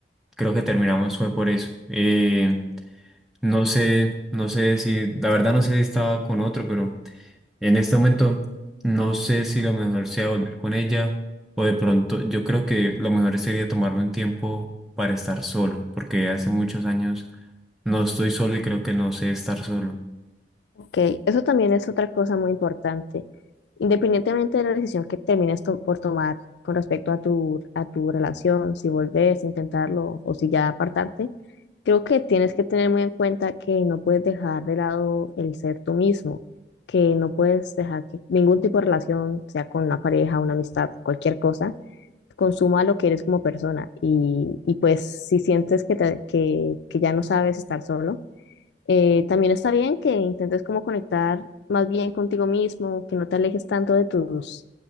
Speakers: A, in the centre; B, on the left.
A: creo que terminamos fue por eso. Eh, no sé, no sé si, la verdad no sé si estaba con otro, pero en este momento no sé si lo mejor sea volver con ella o de pronto yo creo que lo mejor sería tomarme un tiempo para estar solo, porque hace muchos años no estoy solo y creo que no sé estar solo.
B: Ok, eso también es otra cosa muy importante. Independientemente de la decisión que termines to- por tomar con respecto a tu, a tu relación, si volvés a intentarlo o si ya apartarte, creo que tienes que tener muy en cuenta que no puedes dejar de lado el ser tú mismo, que no puedes dejar que ningún tipo de relación, sea con una pareja, una amistad, cualquier cosa, consuma lo que eres como persona. Y, y pues si sientes que, te- que, que ya no sabes estar solo, eh, también está bien que intentes como conectar más bien contigo mismo, que no te alejes tanto de tus,